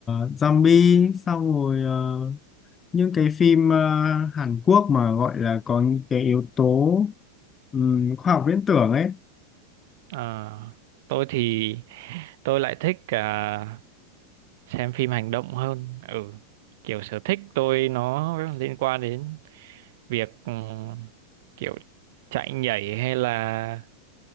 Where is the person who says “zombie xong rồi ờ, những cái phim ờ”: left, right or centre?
Left